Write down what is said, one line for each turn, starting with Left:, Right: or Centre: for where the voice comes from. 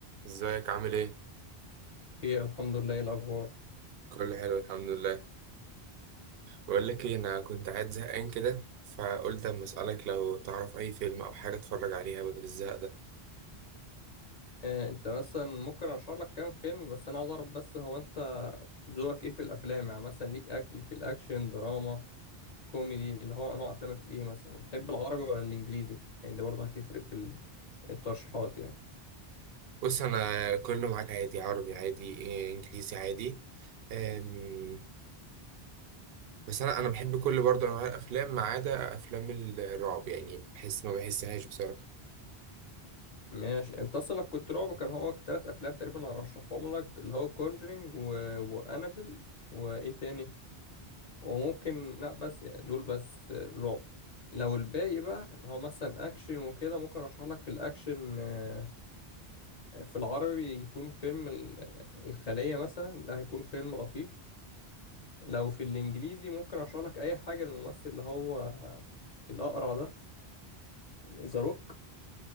Right: ازيك عامل ايه؟
Left: خير الحمد لله ايه الاخبار
Right: كله حلو الحمد لله بقول لك ايه انا كنت قاعد زهقان كده فقلت اما اسالك لو تعرف اي فيلم او حاجه اتفرج عليها بدل الزهق ده
Left: آه، انت مثلا ممكن ارشح لك كام فيلم بس انا عايز اعرف بس هو انت ذوقك ايه في الافلام يعني مثلا ليك اكل ليك في الاكشن دراما كوميدي اللي هو انواع افلامك ايه مثلا وتحب العربي ولا الانجليزي يعني ده برضه هتفرق في ال- الترشيحات يعني
Right: بص انا كله معاك عادي عربي عادي إيه، انجليزي عادي أم، بس انا انا بحب كل برضه انواع الافلام ما عدا افلام الرعب يعني بحس ما بحسهاش بصراحه
Left: ماشي انت اصلا لو كنت رعب كان هو ثلاث افلام تقريبا هرشحهم لك اللي هو كونجرينج و... وانابل وايه تاني وممكن لا بس يعني دول بس الرعب لو الباقي بقى اللي هو مثلا اكشن وكده ممكن ارشح لك في الاكشن آه، في العربي يكون فيلم ال- الخلية مثلا ده هيكون فيلم لطيف لو في الانجليزي ممكن ارشح لك اي حاجة للممثل اللي هو الاقرع ده ذا روك